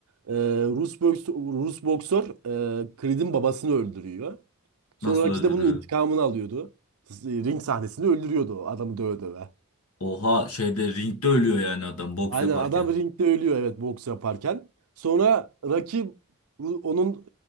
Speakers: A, on the right (about 75°); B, on the left (about 70°).
A: Ee, Rus, boks Rus boksör e, Creed'in babasını öldürüyor. Sonra
B: Nasıl
A: Rocky
B: öldürüyor?
A: de bunun intikamını alıyordu. Ring sahnesinde öldürüyordu o adamı döve döve.
B: Oha şeyde ringde ölüyor yani adam boks
A: Aynen
B: yaparken.
A: adam ringde ölüyor evet boks yaparken. Sonra rakip bu- onun